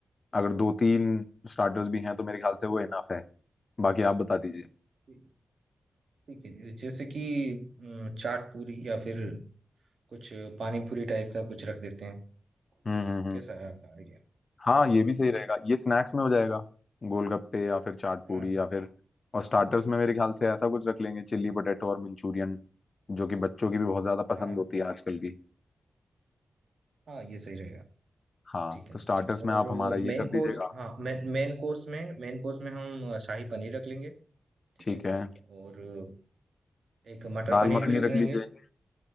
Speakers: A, on the left (about 35°); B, on the right (about 65°).
A: अगर दो तीन स्टार्टर्स भी हैं तो मेरे ख्याल से वो इनफ है बाकी आप बता दीजिए
B: ठीक ठीक है जैसे कि अम, चाट पूरी या फिर कुछ पानी पूरी टाइप का कुछ रख देते हैं
A: हम्म हम्म हम्म
B: कैसा है आपका आइडिया
A: हाँ ये
B: हाँ
A: भी सही रहेगा ये स्नैक्स में हो जाएगा गोलगप्पे या फिर चाट पूड़ी
B: हाँ
A: या फिर और स्टार्टर्स में मेरे ख्याल से ऐसा कुछ रख लेंगे चिल्ली पोटैटो और मंचूरियन जो कि बच्चों की भी बहुत ज्यादा पसंद
B: हाँ
A: होती है आजकल की
B: हाँ ये सही रहेगा
A: हाँ
B: ठीक है
A: तो स्टार्टर्स में
B: और
A: आप हमारा ये
B: मेन
A: कर
B: कोर्स
A: दीजिएगा
B: हाँ मेन कोर्स में मेन कोर्स में हम अ, शाही पनीर रख लेंगे ठीक
A: ठीक
B: है
A: है
B: और अ, एक मटर
A: दाल
B: पनीर
A: मखनी
B: भी रख
A: रख
B: लेंगे
A: लीजिए